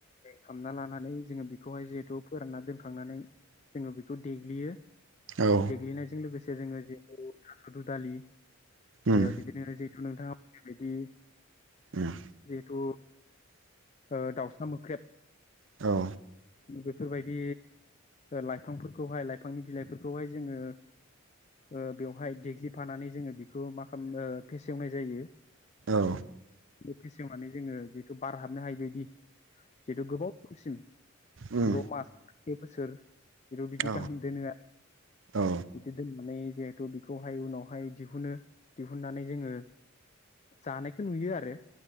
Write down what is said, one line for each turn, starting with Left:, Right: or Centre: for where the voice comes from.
Left: खालामना लानानै जोङो बेखौहाय जिहेथु फोरानना दोनखांनानै जोङो बेखौ देग्लियो
Right: औ
Left: देग्लिनायजों लोगोसे जोङो <unintelligible> सदु दालि
Right: उम
Left: ओ बिदिनो जि हेतु नोंथाङा बुंनाय बायदि
Right: उम
Left: जिहेथु ओ दाउ सा मोख्रेब
Right: औ
Left: बेफोरबायदि लाइफांफोरखौहाय लाइफांनि बिलाइफोरखौहाय जोङो ओ बेवहाय ग्लिफानानै जोङो बेखौ मा खामो फेसेवनाय जायो
Right: औ
Left: बे फेसेवनानै जोङो जिहेतु बार हाबनो हायि बदि जिहेथु गोबाव समसिम
Right: उम
Left: द' मास से बोसोर ज' बिदि
Right: औ
Left: गाहाम दोनो
Right: औ
Left: बिदि दोननानै जिहेथु बेखौहाय उनावहाय दिहुनो दिहुननानै जोङो जानायखौ नुयो आरो